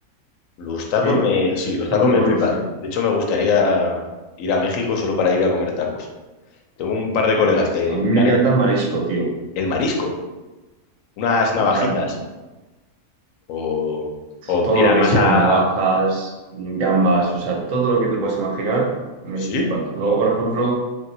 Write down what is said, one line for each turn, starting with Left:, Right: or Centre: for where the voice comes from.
Left: Los tacos
Right: Sí,
Left: me... Sí, los
Right: están
Left: tacos
Right: muy
Left: me
Right: buenos,
Left: flipan.
Right: sí.
Left: De hecho, me gustaría ir a México solo para ir a comer tacos. Tengo un par de colegas
Right: Uf,
Left: que
Right: a mí
Left: que
Right: me
Left: han
Right: encanta
Left: es-
Right: el marisco, tío.
Left: el marisco, unas navajitas,
Right: Me encanta.
Left: o, o
Right: Todo
Left: tiran
Right: lo que
Left: más
Right: sean
Left: a,
Right: navajas,
Left: a-
Right: gambas, o sea, todo lo que te puedas imaginar, me
Left: ¿Sí?
Right: flipa. Luego, por ejemplo.